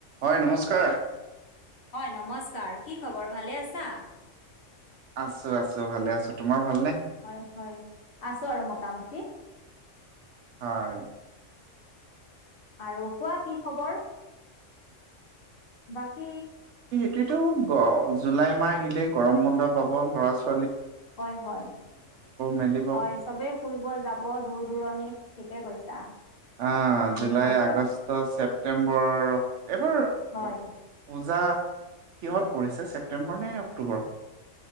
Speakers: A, on the right; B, on the left.
A: হয়, নমস্কাৰ।
B: হয়, নমস্কাৰ কি খবৰ ভালে আছা?
A: আছো আছো ভালে আছো তোমাৰ ভালনে?
B: হয়, হয় আছো আৰু মোটামুটি।
A: হয়।
B: আৰু কোৱা কি খবৰ? বাকী
A: প্ৰতিটো জুলাই মাহ আহিলেই গৰম বন্ধ পাব ল'ৰা ছোৱাল
B: হয়, হয়,
A: মেলিব
B: হয় চবেই ফুৰিব যাব দূৰ দূৰণিত। থিকে কৈছা।
A: অ',
B: এইখিনি
A: জুলাই
B: সময়
A: আগষ্ট ছেপ্তেম্বৰ এবাৰ
B: হয়
A: পূজা কিহত পৰিছে ছেপ্টেম্বৰ নে অক্টোবৰ?